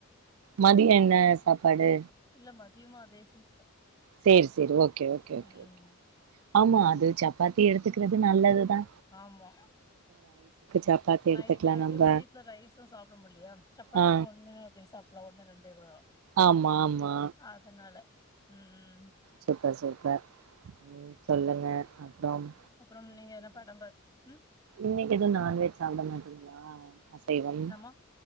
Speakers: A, on the right; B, on the left.
A: மதிய என்ன சாப்பாடு
B: இல்ல மதியமு அதே செஞ்சிட்டோ
A: சேரி சேரி ஓகே ஓகே ஓகே
B: ம்
A: ஓகே ஆமா அது சப்பாத்தி எடுத்துக்குறது நல்லது தா
B: ஆமா
A: சப்பாத்தி
B: நைட்டு
A: எடுத்துக்கலா
B: இது
A: நம்ப
B: மதியத்துல ரைஸ்சு சாப்ட முல்லையா சப்பாத்தினா
A: ஆ
B: ஒண்ணு அப்டி சாப்டுலா ஒண்ணு ரெண்டு கூட
A: ஆமா ஆமா
B: அதனால ம் ம்
A: சூப்பர் சூப்பர் ம் சொல்லுங்க அப்றம்
B: அப்றம் நீங்க என்ன படம் பாத் ம்
A: இன்னைக்கு எதுவு நான்வெஜ் சாப்ட மாட்டீங்ளா அசைவம்
B: என்னம்மா